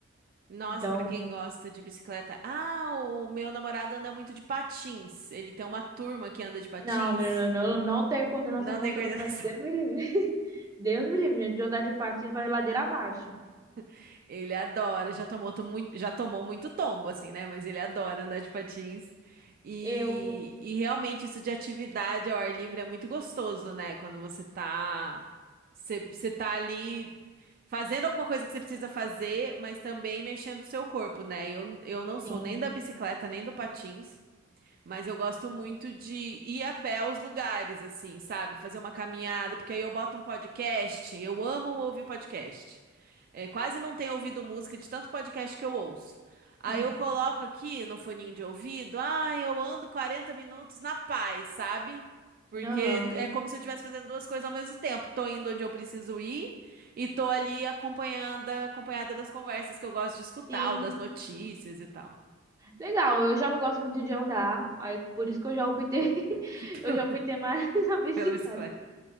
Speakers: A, on the right; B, on the right.
A: Nossa,
B: Então,
A: pra quem gosta de bicicleta. Ah, o meu namorado anda muito de patins. Ele tem uma turma que anda de patins.
B: não, menina, eu não, não tenho coordenação
A: Não
B: motora
A: tem coordenação.
B: pra isso. Deus me livre. <laughs> Deus me livre, gente, de andar de patins vai ladeira abaixo.
A: <laughs> Ele adora, já tomou, to- mui- já tomou muito tombo, assim, né? Mas ele adora andar de patins. E,
B: Eu,
A: e realmente isso de atividade ao ar livre é muito gostoso, né? Quando você tá. Você você tá ali. fazendo alguma coisa que você precisa fazer, mas também mexendo o seu corpo, né? Eu, eu não sou
B: sim.
A: nem da bicicleta, nem do patins. Mas eu gosto muito de ir a pé aos lugares, assim, sabe? Fazer uma caminhada, porque aí eu boto um podcast. Eu amo ouvir podcast. É, quase não tenho ouvido música de tanto podcast que eu ouço. Aí
B: <laughs>
A: eu coloco aqui no foninho de ouvido, ah, eu ando 40 minutos na paz, sabe? Porque
B: Aham.
A: é como se eu estivesse fazendo duas coisas ao mesmo tempo. Tô indo onde eu preciso ir e tô ali acompanhando, acompanhada das conversas que eu gosto de escutar,
B: Sim,
A: ou das notícias e tal,
B: Legal, eu já não gosto muito de andar, aí por isso que eu já optei, <laughs>
A: <laughs>
B: eu já optei mais <laughs> na bicicleta.
A: pela bicicleta.